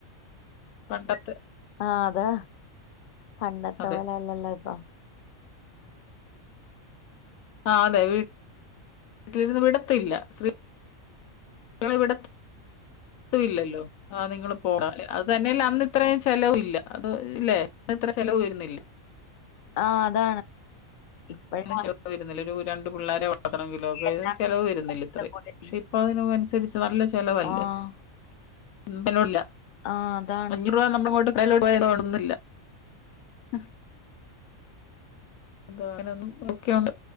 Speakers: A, on the left; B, on the left.
A: കണ്ടെത്ത്
B: ആഹ് അതാ പണ്ടത്തെ
A: അതെ
B: പോല ല്ലല്ലോ ഇപ്പൊ
A: ആ അതെ വീട്ടിലിന്ന് വിടത്തില്ല സ്ത്രീ <inaudible> കളെ വിടത്തുവില്ലല്ലോ ആ നിങ്ങളും പോ <inaudible> അത് തന്നെയല്ല അന്ന് അത്രയും ചെലവ് ഇല്ല അത് ഇല്ലേ ഇത്ര ചെലവ് വരുന്നില്ല
B: ആഹ് അതാണ് ഇപ്പോഴാണെങ്കി
A: അന്നും ചെറുപ്പാരുന്നില്ലേ ഒരു രണ്ടും പിള്ളേരെ വ <unintelligible> ത്തണം കിലോ പേരുടെ
B: എല്ലാവരും
A: ചെലവ് വരുന്നില്ല ഇത്രേം പക്ഷെ ഇപ്പ അതിനനുസരിച്ച് <inaudible> നല്ല ചെലവല്ലേ
B: ആഹ്
A: <unintelligible>
B: ആഹ് അതാണ്
A: അഞ്ഞൂറ് രൂപ നമ്മളങ്ങോട്ട് <unintelligible> ണുന്നില്ല ആഹ് എന്താ അങ്ങനെ ഒന്നും നോക്കിയോണ്ട്